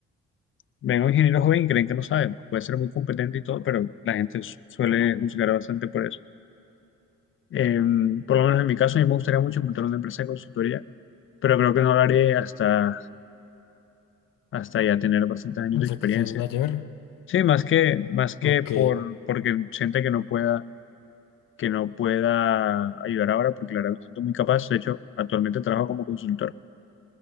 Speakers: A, on the left; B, on the left.
A: Ven a un ingeniero joven y creen que no sabe, puede ser muy competente y todo, pero la gente su- suele juzgar bastante por eso. Eh, por lo menos en mi caso, a mí me gustaría mucho montar una empresa de consultoría, pero creo que no lo haré hasta, hasta ya tener bastantes años
B: Hasta
A: de experiencia.
B: que seas mayor.
A: Sí, más que, más que
B: Ok,
A: por, porque siente que no pueda, que no pueda ayudar ahora, porque la verdad me siento muy capaz. De hecho, actualmente trabajo como consultor,